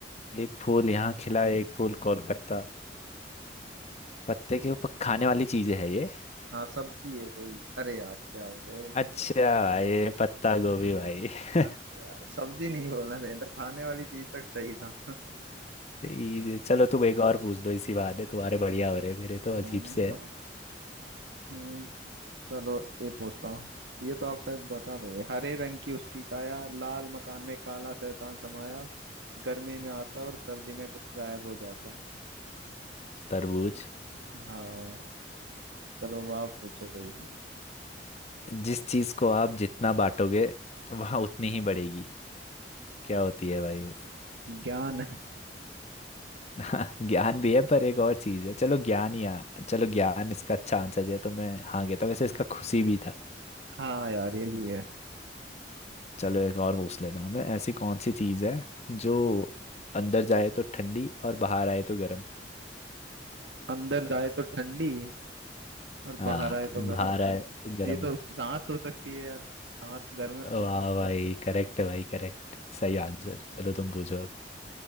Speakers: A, on the left; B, on the right.
A: एक फूल यहाँ खिला एक फूल कोलकाता पत्ते के ऊपर खाने वाली चीज है ये
B: हाँ सब्जी है कोई अरे यार क्या हुआ
A: अच्छा भाई पत्ता गोभी भाई <laughs>
B: अरे यार, सब्जी नहीं बोलना चाहिए था खाने वाली चीज तक सही था <laughs>
A: इजी- चलो तुम एक और पूछ लो इसी बहाने तुम्हारे बढ़िया हो रहे मेरे तो
B: अम्म,
A: अजीब से है
B: हम्म, चलो ये पूछता हूँ ये तो आप शायद बता दोगे हरे रंग की उसकी काया लाल मकान में काला शैतान समाया गर्मी में आता और सर्दी में ग- गायब हो जाता
A: तरबूज
B: हाँ चलो अब आप पूछो कोई
A: जिस चीज को आप जितना बांटोगे वहां उतनी ही बढ़ेगी क्या होती है भाई वो
B: ज्ञान
A: <laughs> ज्ञान भी है पर एक और चीज है चलो ज्ञान ही आ, चलो ज्ञान इसका अच्छा आंसर दिया तो मैं हाँ कहता वैसे इसका खुशी भी था
B: हाँ यार ये भी है
A: चलो एक और पूछ लेता हूँ मैं ऐसी कौन सी चीज है जो अंदर जाए तो ठंडी और बाहर आए तो गर्म
B: अंदर जाए तो ठंडी और
A: हाँ
B: बाहर आए तो
A: बाहर
B: गर्म
A: आए तो गर्म
B: ये तो सांस हो सकती है यार सांस गर्म गर्म
A: वाह भाई करेक्ट है भाई करेक्ट सही आंसर चलो तुम पूछो अब